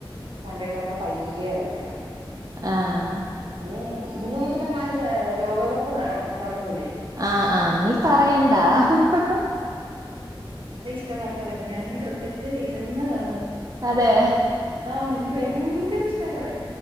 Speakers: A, on the right; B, on the right.
A: കണ്ടിട്ടൊക്കെ പയ്യേ വരത്തുള്ളു.
B: ആഹ്.
A: നീ ഇന്ന് മുതൽ എങ്ങാണ്ട് ലോകകപ്പ് തുടങ്ങൂലേ?
B: ആഹ് ആഹ് നീ പറയണ്ടാ. ഹ ഹ.
A: റ്റ മ ട്ടോ ഞാനും ക്രിക്കറ്റ് ഇരുന്ന് കാ
B: അതെ
A: <unintelligible> ആ മ ഭയങ്കര ഇഷ്ട കളി.